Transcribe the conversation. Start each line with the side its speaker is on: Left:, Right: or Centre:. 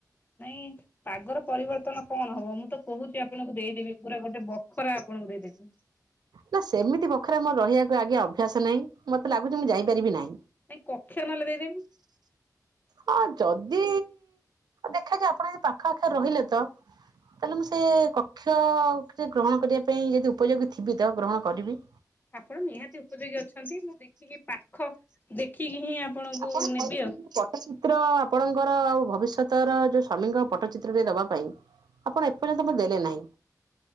Left: ନାଇଁଥ୍। ପାଗର ପରିବର୍ତ୍ତନ କଣ ହବ ମୁଁ ତ କହୁଛି ଆପଣଙ୍କୁ ଦେଇଦେବି ପୁରା ଗୋଟେ ବଖରା ଆପଣଙ୍କୁ ଦେଇଦେବି।
Right: ନା ସେମିତି ବଖରା ମୋର ରହିବାକୁ ଆଜ୍ଞା ଅଭ୍ୟାସ ନାହିଁ ମତେ ଲାଗୁଛି ମୁଁ ଯାଇପାରିବି ନାହିଁ।
Left: ନାଇଁ କକ୍ଷ୍ୟ ନହେଲେ ଦେଇଦେବି?
Right: ହଁ ଯଦି ଦେଖାଯାଉ ଆପଣ ଯଦି ପାଖ ଆଖରେ ରହିଲେ ତ ତାହେଲେ ମୁଁ ସେ କକ୍ଷରେ ଗ୍ରହଣ କରିବା ପାଇଁ ଯଦି ଉପଯୋଗୀ ଥିବି ଯିବି ତ ଗ୍ରହଣ କରିବି।
Left: ଆପଣ ନିହାତି ଉପଯୋଗୀ ଅଛନ୍ତି ମୁଁ ଦେଖିକି ପାଖ ଦେଖିକି ହିଁ ଆପଣଙ୍କୁ
Right: ଆପଣ କହିଛନ୍ତି
Left: ନେବି ଆଉ।
Right: ପଟ୍ଟଚିତ୍ର ଆପଣଙ୍କର ଆଉ ଭବିଷ୍ୟତର ଯୋଉ ସ୍ୱାମୀଙ୍କ ପଟ୍ଟଚିତ୍ରରେ ଦବା ପାଇଁ ଆପଣ ଏପର୍ଯ୍ୟନ୍ତ ମତେ ଦେଲେ ନାହିଁ?